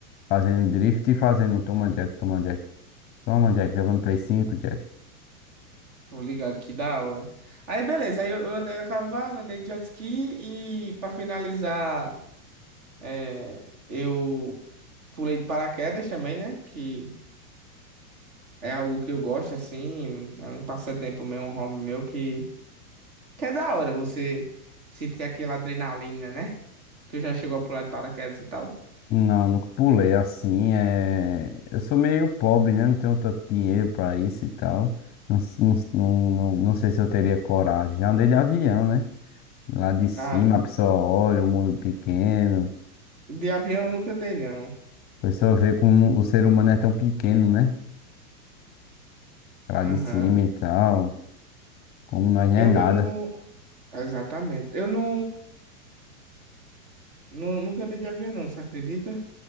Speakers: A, on the left; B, on the right.
A: fazendo drift e fazendo toma Jack, toma Jack. Toma Jack, jogando Play 5, Jack.
B: Tô ligado, que da hora. Aí, beleza, aí eu, eu andei a cavalo, andei de jet ski e pra finalizar, é, eu pulei de paraquedas também, né? Que é algo que eu gosto, assim, é um passatempo meu, um hobby meu que. Que é da hora você sentir aquela adrenalina, né? Tu já chegou a pular de paraquedas e tal?
A: Não, nunca pulei assim. É... Eu sou meio pobre, né? Não tenho tanto dinheiro pra isso e tal. Não, s- não, s- não, não, não sei se eu teria coragem. Já andei de avião, né? Lá de cima
B: Ah, de
A: a pessoa olha o mundo pequeno.
B: de avião eu nunca andei, não.
A: A pessoa vê como o ser humano é tão pequeno, né? Lá
B: Aham.
A: de cima e tal. Como nós não
B: Eu,
A: é nada.
B: eu não. Exatamente. Eu não, não. Nunca andei de avião, não, você acredita?